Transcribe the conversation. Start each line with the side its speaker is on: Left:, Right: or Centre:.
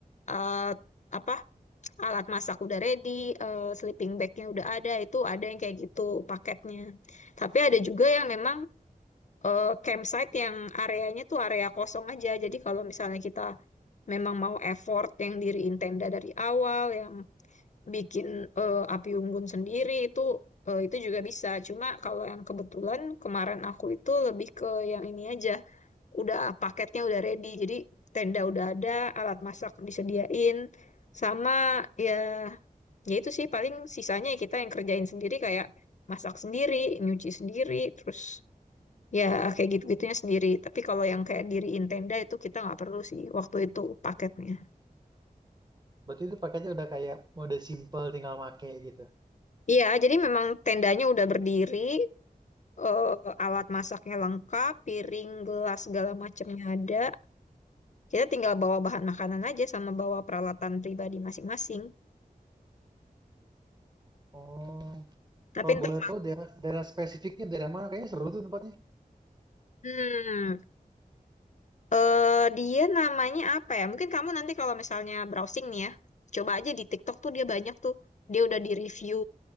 Left: eh, apa alat masak udah ready, eh, sleeping bagnya udah ada, itu ada yang kayak gitu paketnya. Tapi ada juga yang memang eh, campsite yang areanya tuh area kosong aja. Jadi kalau misalnya kita memang mau effort yang diriin tenda dari awal, yang bikin eh, api unggun sendiri itu eh, itu juga bisa. Cuma kalau yang kebetulan kemarin aku itu lebih ke yang ini aja, udah paketnya udah ready. Jadi tenda udah ada, alat masak disediain, sama ya ya itu sih paling sisanya ya kita yang kerjain sendiri kayak masak sendiri, nyuci sendiri, terus ya kayak gitu-gitunya sendiri. Tapi kalau yang kayak diriin tenda itu kita nggak perlu sih waktu itu paketnya.
Right: Berarti itu paketnya udah kayak mode simple tinggal make gitu.
Left: Iya, jadi memang tendanya udah berdiri, eh, alat masaknya lengkap, piring, gelas, segala macamnya ada. Kita tinggal bawa bahan makanan aja sama bawa peralatan pribadi masing-masing.
Right: Oh,
Left: Tapi
Right: Kalau
Left: entar,
Right: boleh tahu daerah daerah spesifiknya daerah mana? Kayaknya seru tuh tempatnya.
Left: hmm, eh, dia namanya apa ya? Mungkin kamu nanti kalau misalnya browsing nih ya, coba aja di TikTok tuh dia banyak tuh. Dia udah di-review